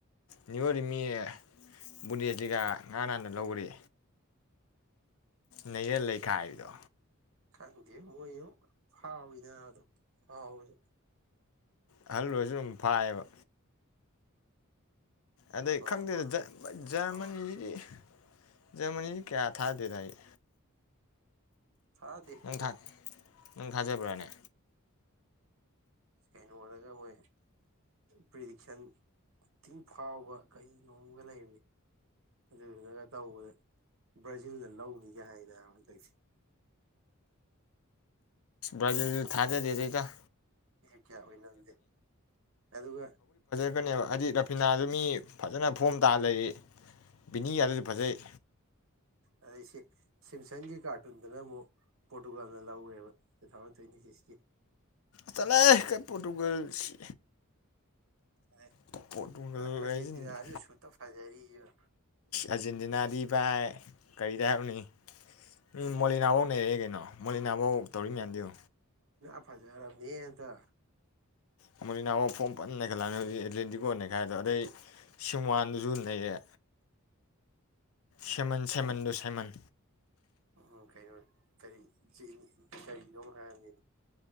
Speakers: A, on the left; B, on the right.
A: ꯅ꯭ꯌꯨ ꯌꯔꯗꯤ ꯃꯤ ꯕꯨꯟꯗꯦꯖꯂꯤꯒ ꯉꯔꯥꯡ ꯅꯍꯥꯟꯗ ꯂꯧꯈꯔꯦ꯫ ꯅꯩꯔ ꯂꯩꯈꯥꯏꯕꯤꯗꯣ
B: ꯈꯪꯗꯦ ꯃꯣꯏ ꯍꯥꯎꯋꯤꯗꯗꯣ ꯍꯥꯎꯋꯗ
A: ꯑꯍꯜ ꯑꯣꯏꯔꯁꯨ ꯑꯗꯨꯝ ꯐꯥꯏꯌꯦꯕ ꯑꯗꯩ
B: ꯕꯐꯣꯔ
A: ꯈꯪꯗꯦꯗ
B: ꯑꯣꯏ ꯀꯩ ꯌꯥꯝ
A: ꯖꯔꯃꯟꯁꯤꯗꯤ
B: ꯐꯥꯎꯋꯦ
A: ꯖꯔꯃꯟꯅꯤ ꯁꯤ ꯀꯌꯥ ꯊꯥꯖꯗꯦꯗ ꯑꯩ
B: ꯊꯥꯖꯗꯦ
A: ꯅꯪ
B: ꯑꯩꯁꯨ
A: ꯊꯥ ꯅꯪ ꯊꯥꯖꯕꯔꯅꯦ
B: ꯀꯩꯅꯣꯗꯒ ꯃꯣꯏ ꯄ꯭ꯔꯤꯗꯤꯛꯁꯟ ꯏꯇꯤꯡ ꯐꯥꯎꯕ ꯀꯔꯤꯣꯝꯒ ꯂꯩꯕꯅꯤ ꯑꯗꯨꯗꯨꯅꯒ ꯇꯧꯕꯗ ꯕ꯭ꯔꯥꯖꯤꯜꯅ ꯂꯧꯅꯤꯒꯦ ꯍꯥꯏꯅꯕ ꯍꯟꯗꯛꯁꯦ
A: ꯕꯥꫪꯖꯤꯜꯁꯨ ꯊꯥꯖꯗꯦꯗ ꯏꯇꯥꯎ
B: ꯀꯌꯥ ꯑꯣꯏꯅꯔꯝꯗꯦ ꯑꯗꯨꯒ
A: ꯆꯠꯀꯅꯦꯕ ꯍꯥꯏꯗꯤ ꯔꯐꯤꯅꯥꯁꯨ ꯃꯤ ꯐꯖꯅ ꯐꯣꯝ ꯇꯥꯔ ꯂꯩꯔꯤ ꯕꯤꯅꯤꯒꯗꯨꯁꯨ ꯐꯖꯩ
B: ꯑꯗꯩꯁꯤ ꯁꯤꯝꯁꯪꯒꯤ ꯀꯥꯔꯇꯨꯟꯗꯨꯅ ꯑꯃꯨꯛ ꯄꯣꯔꯇꯨꯒꯥꯟꯗ ꯂꯧꯋꯦꯕ ꯇꯨ ꯊꯥꯎꯖꯟ ꯇ꯭ꯋꯦꯟꯇꯤ ꯁꯤꯛꯁꯀꯤ
A: ꯆꯂꯍꯦ ꯄꯣꯔꯇꯨꯒꯜꯁꯤ
B: ꯑꯗꯩ
A: ꯄꫭꯔꯇꯨꯒꯜ
B: ꯑꯥꯔꯖꯦꯟꯇꯤꯅꯥꯁꯨ
A: ꯀꯥꯏ ꯍꯥꯏꯖꯤꯟꯗꯅ
B: ꯁꯨꯠꯇ ꯐꯖꯔꯤꯕ
A: ꯑꯔꯖꯦꯟꯇꯤꯅꯥꯗꯤ ꯕꯥꯏ ꯀꯔꯤꯗꯦ ꯎꯅꯤ ꯎꯝ
B: ꯑꯗꯩ
A: ꯃꯣꯂꯤꯅꯥ ꯐꯧ ꯅꯩꯔꯛꯑꯦ ꯀꯩꯅꯣ ꯃꯣꯏꯂꯤ ꯅꯥꯐꯧ ꯇꯧꯔꯤ ꯌꯥꯟꯗꯣ
B: ꯐꯖꯥꯔꯕꯅꯤ ꯍꯦ ꯍꯟꯗꯛ
A: ꯑꯃ ꯏꯅꯥꯎꯋꯥ ꯐꯣꯝ ꯐꯟꯅꯈꯠꯂꯛ ꯑꯦꯂꯦꯟꯗꯤꯀꯣꯅꯦ ꯈꯥꯏꯗꯣ ꯑꯗꯩ ꯁꯤꯝꯋꯥꯟꯗꯨꯁꯨ ꯅꯩꯌꯦ ꯁꯦꯝꯃꯦꯟ ꯁꯦꯃꯦꯟꯗꯣꯁ ꯍꯦꯃꯟ
B: ꯎꯝ ꯀꯩꯅꯣ ꯀꯔꯤ ꯀꯔꯤꯅꯣ ꯍꯥꯏꯔꯅꯤ